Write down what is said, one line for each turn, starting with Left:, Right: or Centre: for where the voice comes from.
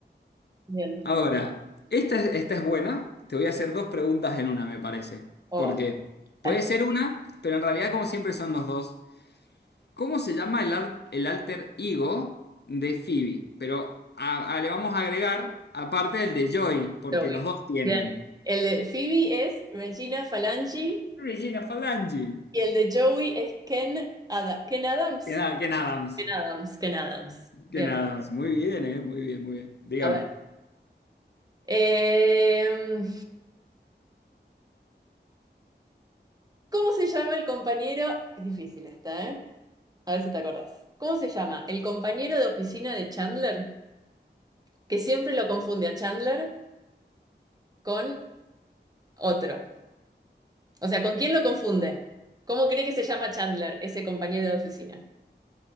Right: Bien.
Left: Ahora, esta, es- esta es buena, te voy a hacer dos preguntas en una, me parece,
Right: Oh,
Left: porque puede
Right: dale,
Left: ser una, pero en realidad como siempre son los dos, ¿Cómo se llama el, ar- el alter ego de Phoebe? Pero a- a- le vamos a agregar, aparte el de Joy, porque
Right: Joey.
Left: los dos tienen.
Right: Bien. El de Phoebe es Regina Falangi
Left: Regina Falangi.
Right: y el de Joey es Ken, Ada- Ken Adams.
Left: Que nada, Ken Adams.
Right: Ken Adams, Ken Adams. Bien.
Left: Ken Adams. Muy bien, eh. Muy bien, muy bien. Dígame.
Right: A ver. Em, ¿Cómo se llama el compañero? Es difícil esta, ¿eh? A ver si te acordás. ¿Cómo se llama el compañero de oficina de Chandler que siempre lo confunde a Chandler con otro? O sea, ¿con quién lo confunde? ¿Cómo cree que se llama Chandler, ese compañero de oficina?